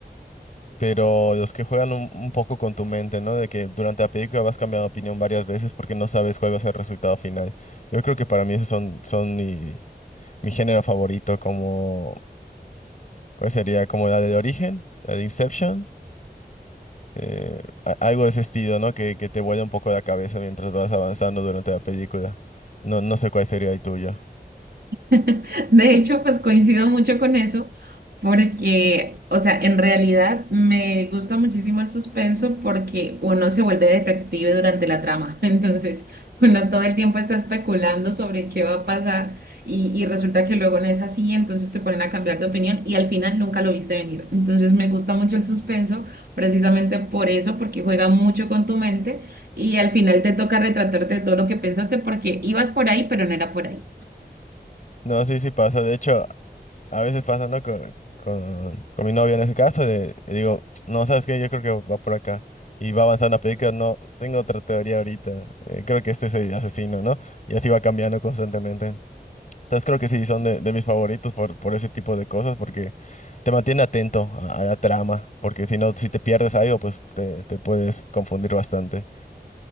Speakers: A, on the left; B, on the right.
A: pero los que juegan un, un poco con tu mente, ¿no? De que durante la película vas cambiando de opinión varias veces porque no sabes cuál va a ser el resultado final. Yo creo que para mí esos son, son mi, mi género favorito, como, ¿cuál sería? Como la de Origen, la de Inception, eh, a- algo de ese estilo, ¿no? Que, que te vuela un poco la cabeza mientras vas avanzando durante la película. No, no sé cuál sería el tuyo.
B: <laughs> De hecho, pues coincido mucho con eso, porque, o sea, en realidad me gusta muchísimo el suspenso porque uno se vuelve detective durante la trama. <laughs> Entonces, uno todo el tiempo está especulando sobre qué va a pasar y, y resulta que luego no es así, entonces te ponen a cambiar de opinión y al final nunca lo viste venir. Entonces, me gusta mucho el suspenso precisamente por eso, porque juega mucho con tu mente y al final te toca retratarte de todo lo que pensaste porque ibas por ahí, pero no era por ahí.
A: No, sí, sí pasa. De hecho, A veces pasa, ¿no? Con, con, con mi novia en ese caso, de, le digo, no, ¿sabes qué? Yo creo que va por acá. Y va avanzando la película, no, tengo otra teoría ahorita. eh, creo que este es el asesino, ¿no? Y así va cambiando constantemente. Entonces creo que sí, son de, de mis favoritos por, por ese tipo de cosas, porque te mantiene atento a, a la trama, porque si no, si te pierdes algo, pues te, te puedes confundir bastante.